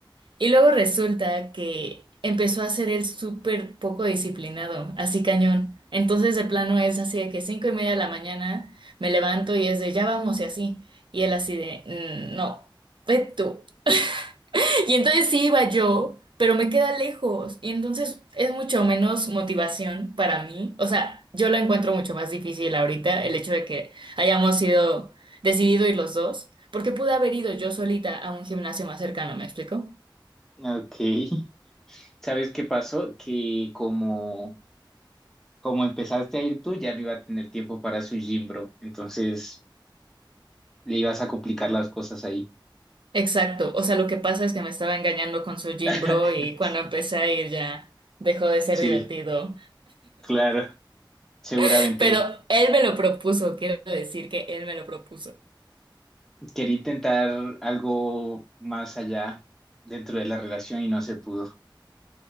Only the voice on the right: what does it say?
Y luego resulta que empezó a ser él súper poco disciplinado, así cañón. Entonces de plano es así de que cinco y media de la mañana me levanto y es de ya vamos y así. Y él así de "Mm, no, ve tú. <laughs> Y entonces sí iba yo, pero me queda lejos. Y entonces es mucho menos motivación para mí. O sea, yo la encuentro mucho más difícil ahorita, el hecho de que hayamos sido decidido ir los dos, porque pude haber ido yo solita a un gimnasio más cercano, ¿me explico?
Exacto, o sea, lo que pasa es que me estaba engañando con su gym
bro y cuando empecé a ir ya dejó de ser
divertido.
<laughs> Pero él me lo propuso, quiero decir que él me lo propuso.